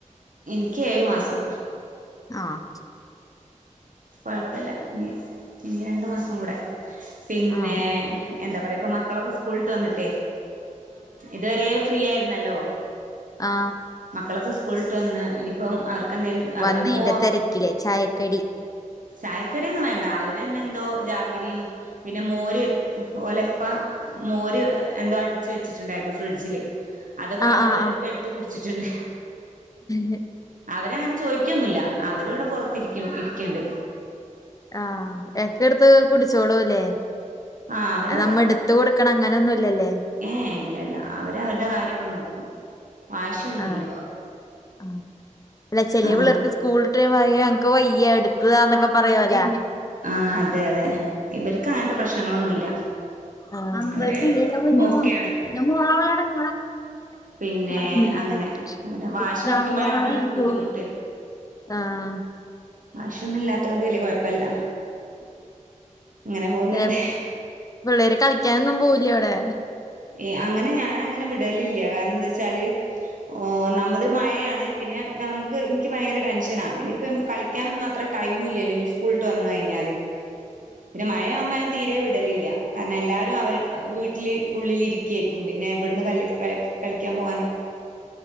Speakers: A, on the right; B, on the left.
A: എനിക്ക് ഏഴു മാസം.
B: ആഹ്
A: കൊഴപ്പല്ല ഇനി ഇനി രണ്ടു മാസോം കൂടെ പിന്നെ
B: ആ
A: എന്താ പറയാ ഇപ്പൊ മക്കളൊക്കെ സ്കൂള് വിട്ട് വന്നിട്ടേ ഇതുവരെ <unintelligible> ഫ്രീ ആയിരുന്നല്ലോ.
B: ആ
A: മക്കളൊക്കെ സ്കൂള് വിട്ട് വന്ന് ഇനീപ്പം അറി <unintelligible>
B: വന്നതിന്റെ
A: അവര് മോ
B: തിരക്കില് ചായക്കടി
A: ചായക്കടിയൊന്നും വേണ്ട. അവരന്നെ എന്തോ ജാഗരിയും പിന്നെ മോര് ഓലെ ഉപ്പ മോര് എന്തോ അടിച്ചു വെച്ചിട്ടുണ്ടായിരുന്നു ഫ്രിഡ്ജില്. അതൊക്കെ
B: ആഹ്
A: അവര്
B: ആഹ്
A: എടുത്ത് കുടിച്ചിട്ടുണ്ട്.
B: ആഹ്
A: അവരങ്ങന ചോയ്ക്കൊന്നുല്ല അവരിവിട പൊറത്തിരിക്കും ഇരിക്കെണ്ട്
B: ആഹ ഏറ്റെടുത്ത് കുടിച്ചോളുവല്ലേ
A: ആ അവര്
B: അത് നമ്മ എടുത്ത് കൊടുക്കണം അങ്ങനൊന്നും ഇല്ലല്ലേ.
A: ഏഹ് ഇല്ല ഇല്ല. അവര് അവരുടെ കാര്യൊക്കെ നോക്കും വാശിയൊന്നുല്ല
B: ആഹ് ആഹ് അല്ല ചെല
A: ആ
B: പിള്ളേർക്ക് സ്കൂൾ വിട്ട് വരുമ്പം <unintelligible> <unintelligible> വയ്യ എടുത്തു താ എന്നൊക്കെ പറയൊല്ല.
A: ആഹ് അതെ അതെ ഇവര്ക്ക് അങ്ങനത്തെ പ്രശ്നങ്ങളൊന്നുല്ല
B: ആ
A: അവര് ഓക്കെയാണ്
B: മ്ഹ്
A: പിന്നെ
B: <unintelligible>
A: അങ്ങനെ പിന്നെ വാശി
B: പറഞ്ഞു
A: പിടിക്കുമ്പോഴാണല്ലോ
B: അവിടെ
A: നമുക്ക്
B: ഇരിക്കോള്ളു.
A: ബുദ്ധിമുട്ട്
B: ആഹ്
A: വാശിയൊന്നും ഇല്ലാത്തോണ്ട് വലിയ കൊഴപ്പല്ല. അങ്ങനെ പോകുന്നുണ്ട്.
B: പിന്നെ പിള്ളേര് കളിക്കാനൊന്നും പോവില്ല ഇവടെ
A: എ അങ്ങനെ ഞാനങ്ങനെ വിടലില്ല കാരണെന്താച്ചാല് ഓ ഒന്നാമത് മഴയാണ് പിന്നെ ഞമ്ക്ക് ഇൻക്ക് ഭയങ്കര ടെൻഷന ആ പിന്നെ ഇപ്പ കളി ക്കാനൊന്നും അത്ര ടൈമുല്ലല്ലോ ഈ സ്കൂള് വിട്ട് വന്ന് കയ്ഞാല് പിന്നെ മയയാവുമ്പോ ഞാൻ തീരെ വി ടലില്ല കാരണം എല്ലാവരും അവരെ വീട്ടില് ഉള്ളിലിരിക്ക്യേയ്ക്കും പിന്നെ വ്ട്ന്ന് കല്ല് ക കളിക്കാൻ പോവാന്